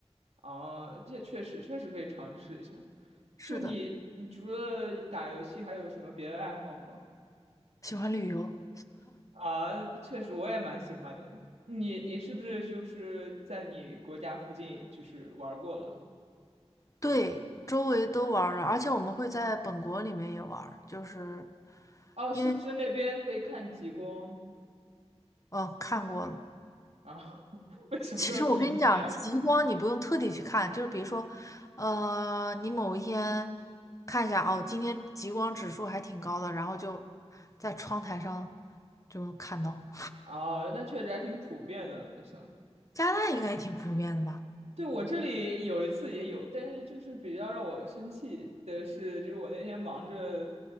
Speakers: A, on the right; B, on the left.
A: 哦，这确实确实可以尝试一下。
B: 是的，
A: 就你，你除了打游戏，还有什么别的爱好吗？
B: 喜欢旅游，
A: 啊，确实我也蛮喜欢的。你你是不是就是在你国家附近就是玩儿过了？
B: 对，周围都玩儿了，而且我们会在本国里面也玩儿，就是
A: 哦，
B: 因为
A: 是不是那边可以看极光
B: 呃看过了。
A: 啊？<laughs> 为什么这么平静啊？
B: 其实我跟你讲，极光你不用特地去看，就是比如说，呃，你某一天看一下，哦，今天极光指数还挺高的，然后就在窗台上就看到。
A: 啊，那确实还挺普遍的了，那算。
B: 加拿大应该也挺普遍的吧？
A: 对，我这里有一次也有，但是就是比较让我生气的是，就是我那天忙着，